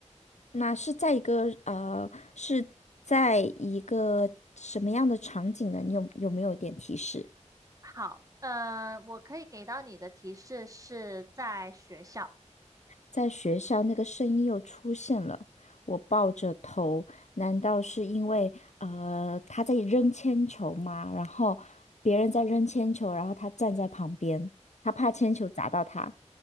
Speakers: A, on the left (about 65°); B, on the right (about 25°).
A: 那是在一个呃，是在一个什么样的场景呢？你有有没有一点提示？
B: 好，呃，我可以给到你的提示是在学校，
A: 在学校那个声音又出现了，我抱着头，难道是因为呃他在扔铅球吗？然后别人在扔铅球，然后他站在旁边，他怕铅球砸到他。